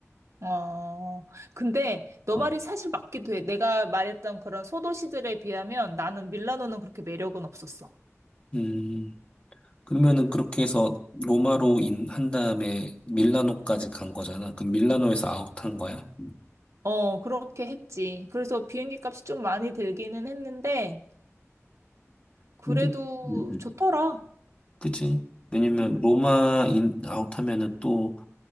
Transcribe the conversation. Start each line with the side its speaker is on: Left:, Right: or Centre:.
Right: 어, 근데 너
Left: 어.
Right: 말이 사실 맞기도 해. 내가 말했던 그런 소도시들에 비하면 나는 밀라노는 그렇게 매력은 없었어.
Left: 음 그러면은 그렇게 해서 로마로 인한 다음에 밀라노까지 간 거잖아. 그럼 밀라노에서 아웃한 거야? 음.
Right: 어, 그렇게 했지. 그래서 비행기 값이 좀 많이 들기는 했는데, 그래도
Left: 근데 음, 음.
Right: 좋더라.
Left: 그치? 왜냐면
Right: 응,
Left: 로마 인 아웃하면은 또